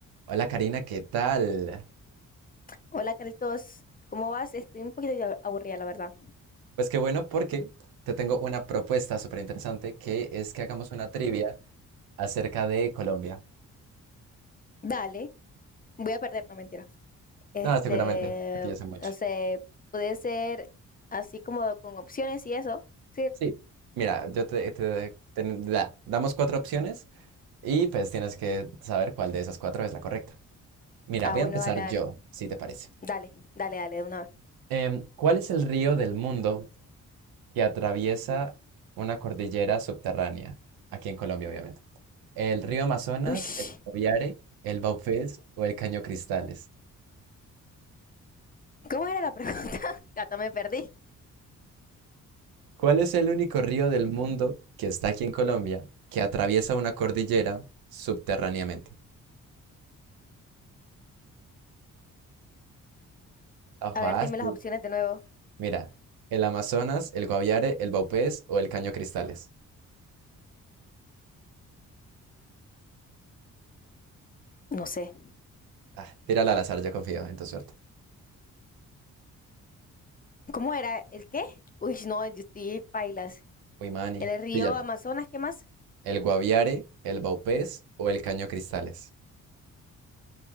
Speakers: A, on the right; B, on the left.
A: Hola Karina, ¿qué tal?
B: Hola Carlitos, ¿cómo vas? Estoy un poquito ya aburrida, la verdad.
A: Pues qué bueno porque te tengo una propuesta súper interesante que es que hagamos una trivia acerca de Colombia.
B: Dale, voy a perder, no mentira. Este,
A: No, seguramente, porque yo sé mucho.
B: no sé, puede ser así como con opciones y eso. Sí.
A: Sí, mira, yo te, te- te- da- damos cuatro opciones y pues tienes que saber cuál de esas cuatro es la correcta. Mira,
B: Ah,
A: voy
B: bueno,
A: a empezar
B: dale, dale.
A: yo, si te parece.
B: Dale, dale, dale, de una vez.
A: Em, ¿cuál es el río del mundo que atraviesa una cordillera subterránea, aquí en Colombia, obviamente. El río Amazonas,
B: Ush,
A: el Guaviare, el Baupés o el Caño Cristales.
B: ¿Cómo era la pregunta? <laughs> Hasta me perdí.
A: ¿Cuál es el único río del mundo que está aquí en Colombia que atraviesa una cordillera subterráneamente? Está
B: A
A: fácil.
B: ver, dime las opciones de nuevo.
A: Mira, el Amazonas, el Guaviare, el Baupés o el Caño Cristales.
B: No sé.
A: Ah, tírala al azar, ya confío en tu suerte.
B: ¿Cómo era? ¿El qué? Uy, no, yo estoy pailas.
A: Uy, Manny,
B: ¿El río
A: píllate.
B: Amazonas, qué más?
A: ¿El Guaviare, el Baupés o el Caño Cristales?